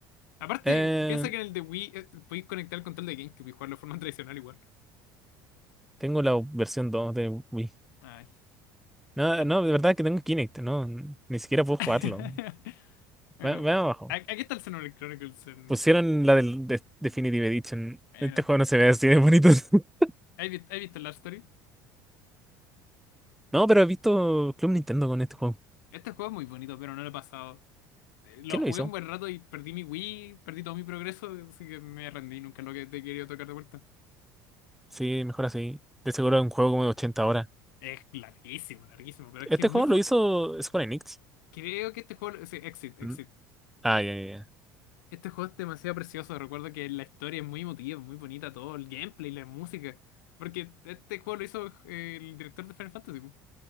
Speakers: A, on the left (about 80°); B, in the centre.
A: Aparte,
B: Eh,
A: piensa que en el de Wii eh, podéis conectar el control de GameCube y jugarlo de forma <laughs> tradicional igual.
B: tengo la versión 2 de Wii.
A: Ay,
B: No,
A: bueno.
B: no, de verdad que tengo Kinect, no, ni siquiera puedo
A: <laughs>
B: jugarlo.
A: Bueno,
B: Ve- Vean abajo.
A: a- aquí está el Xenoblade Chronicles. en-
B: Pusieron la del de- Definitive Edition.
A: Bueno,
B: Este juego no se ve así de bonito. <laughs>
A: ¿has visto, has visto Love Story?
B: No, pero he visto Club Nintendo con este juego.
A: Este juego es muy bonito, pero no lo he pasado. eh, Lo
B: ¿Quién
A: jugué
B: lo hizo?
A: un buen rato y perdí mi Wii, perdí todo mi progreso, así que me rendí, nunca lo que te he querido tocar de vuelta.
B: Sí, mejor así. De seguro es un juego como de 80 horas.
A: Es larguísimo, larguísimo, pero es
B: Este
A: que es muy...
B: juego
A: fu-
B: lo hizo Square Enix.
A: Creo que este juego... sí, Exit, Exit.
B: Mm. Ah, ya, ya. ya.
A: Este juego es demasiado precioso, recuerdo que la historia es muy emotiva, muy bonita, todo el gameplay, la música. Porque este juego lo hizo eh, el director de Final Fantasy. po.